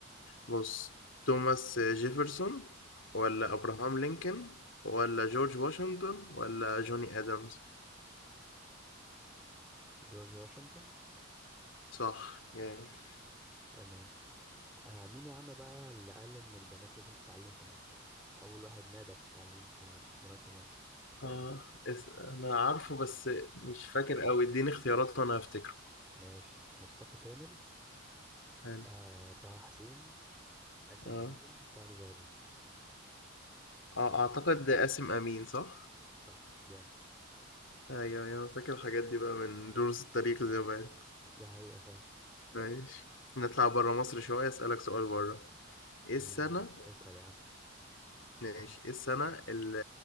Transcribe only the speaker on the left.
بص توماس جيفرسون ولا ابراهام لينكولن ولا جورج واشنطن ولا جوني ادمز
صح جامد
اه اس... انا عارفه بس مش فاكر قوي اديني اختيارات وانا هفتكره
حلو
اه
اه اعتقد قاسم امين صح
ايوه ايوه انا فاكر الحاجات دي بقى من دروس التاريخ زمان
ماشي نطلع بره مصر شويه اسالك سؤال بره ايه
السنه
ماشي ايه السنه اللي